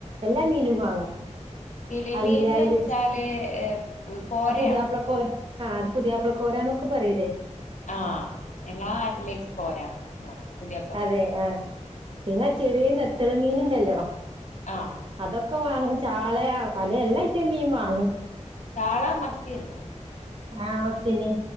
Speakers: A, on the right; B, on the left.
A: എല്ലാ മീനും വാങ്ങും
B: കിളിമീൻന്ന്
A: അയില അയില
B: വെച്ചാല് ഏ, കോരയാണോ
A: പുതിയപ്പ്ളക്കൊ ആ പുതിയപ്പ്ളക്കോര പറയൂലേ
B: ആ ഞങ്ങളാ നാട്ടിലേക്ക് കോരാ എന്ന പുതിയാപ്ലകോരാ
A: അതെ ആ പിന്നെ ചെറിയ നെത്തല് മീനുണ്ടല്ലോ
B: ആഹ്
A: അതൊക്കെ വാങ്ങും ചാള പല എല്ലാ ഐറ്റം മീൻ വാങ്ങും
B: ചാളാ മത്തിയണ്ട്
A: ആ മത്തിന്നെ